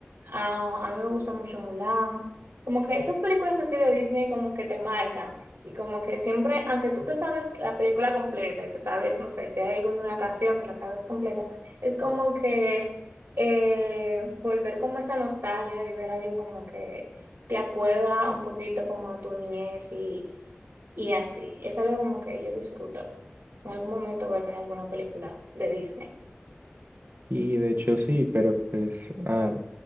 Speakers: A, on the right; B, on the right.
A: ah, a, mí me gusta mucho Mulan. Como que esas películas así de Disney como que te marcan y como que siempre, aunque tú te sabes la película completa y te sabes, no sé, si hay alguna canción, te la sabes completa, es como que eh, volver como esa nostalgia y ver algo como que te acuerda un poquito como a tu niñez y, y así. Es algo como que yo disfruto en algún momento verme alguna película de Disney.
B: Y de hecho sí, pero pues ah,